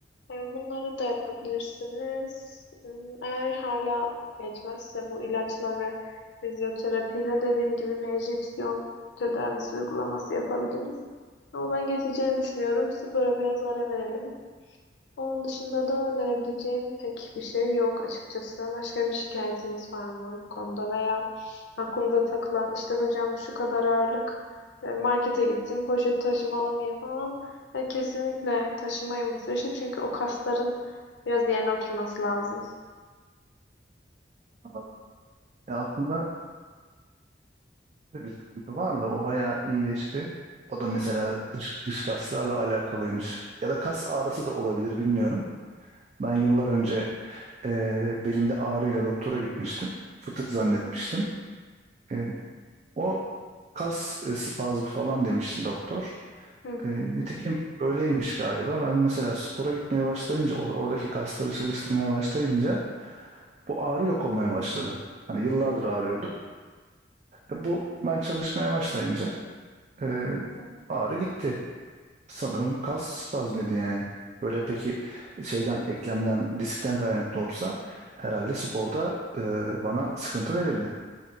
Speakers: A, on the left; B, on the right.
A: E, bunları da yapabilirsiniz. Hmm, Eğer hala geçmezse bu ilaçla ve fizyoterapiyle dediğim gibi bir enjeksiyon tedavisi uygulaması yapabiliriz. Ama ben geçeceğini düşünüyorum. Spora biraz ara verelim. Onun dışında da önerebileceğim pek bir şey yok açıkçası. Başka bir şikayetiniz var mı bu konuda veya aklınıza takılan işte hocam şu kadar ağırlık e, markete gittim poşet taşıma alamayın falan. E, kesinlikle taşımayın bu süreçte çünkü o kasların biraz yerine oturması lazım.
B: Anladım. Ya aslında e, bir sıkıntı var da o bayağı iyileşti. O da mesela
A: Hı hı,
B: dış, dış kaslarla alakalıymış. Ya da kas ağrısı da olabilir bilmiyorum. Ben yıllar önce e, belimde ağrıyla doktora gitmiştim. Fıtık zannetmiştim.
A: hı hı,
B: E, o kas e, spazmı falan demişti doktor.
A: hı
B: E,
A: hı,
B: nitekim öyleymiş galiba. Ben mesela spora gitmeye başlayınca, or- oradaki kasları çalıştırmaya başlayınca bu ağrı yok olmaya başladı. Hani yıllardır
A: hı hı,
B: ağrıyordu. E, bu ben çalışmaya başlayınca e,
A: hı hı.
B: ağrı gitti. Sanırım kas spazmıydı yani. Böyle peki şeyden, eklemden, diskten kaynaklı olsa herhalde sporda e, bana sıkıntı verirdi.